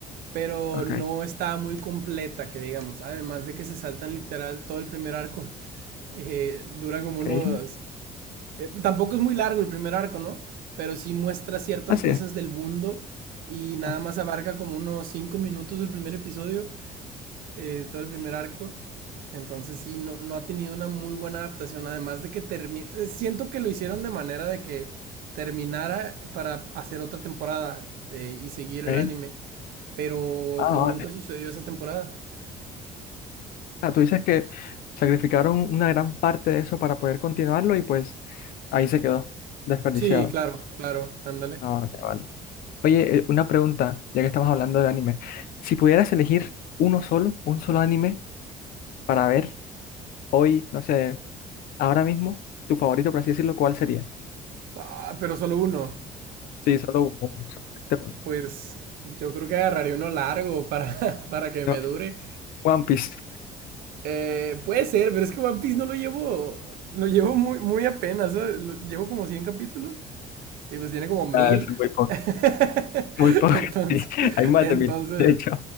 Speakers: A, on the right (about 75°); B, on the left (about 75°).
A: pero
B: Ok.
A: no está muy completa, que digamos. Además de que se saltan literal todo el primer arco. Eh, dura como
B: Ok.
A: unos eh, tampoco es muy largo el primer arco, ¿no? Pero sí muestra ciertas
B: Así
A: cosas
B: es.
A: del mundo y nada
B: Ajá,
A: más abarca como unos 5 minutos el primer episodio, eh, todo el primer arco. Entonces sí, no, no ha tenido una muy buena adaptación, además de que termina... Siento que lo hicieron de manera de que terminara para hacer otra temporada eh, y seguir el
B: Ok.
A: anime, pero
B: Ah,
A: pues nunca
B: vale.
A: sucedió esa temporada.
B: Ah, tú dices que sacrificaron una gran parte de eso para poder continuarlo y pues ahí se quedó desperdiciado.
A: Sí, claro, claro, ándale.
B: Ah, vale, vale. Oye, eh, una pregunta, ya que estamos hablando de anime. Si pudieras elegir uno solo, un solo anime para ver hoy, no sé, ahora mismo, tu favorito, por así decirlo, ¿cuál sería?
A: Fa- Pero solo uno.
B: Sí, solo uno, uno, solamente uno.
A: Pues yo creo que agarraría uno largo para, <laughs> para que me
B: No,
A: dure.
B: One Piece.
A: Eh, puede ser, pero es que One Piece no lo llevo. Lo llevo muy, muy apenas, ¿sabes? Lo- Llevo como 100 capítulos y pues tiene como mil
B: Ah, es muy poco,
A: <laughs>
B: muy poco,
A: Entonces,
B: <laughs> sí. Hay más
A: entonces,
B: de mil, de hecho.